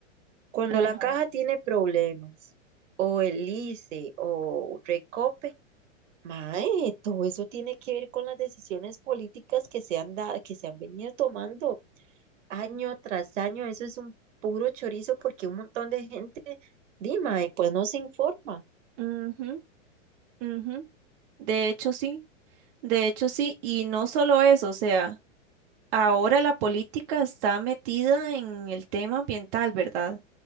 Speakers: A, on the right (about 65°); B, on the right (about 45°).
A: Cuando
B: Ajá.
A: la caja tiene problemas, o el ICE, o Recope, mae, todo eso tiene que ver con las decisiones políticas que se han da- que se han venido tomando año tras año. Eso es un puro chorizo porque un montón de gente, dime, pues no se informa.
B: Ujú. Ujú, De hecho, sí, de hecho, sí, y no solo eso, o sea, ahora la política está metida en el tema ambiental, ¿verdad?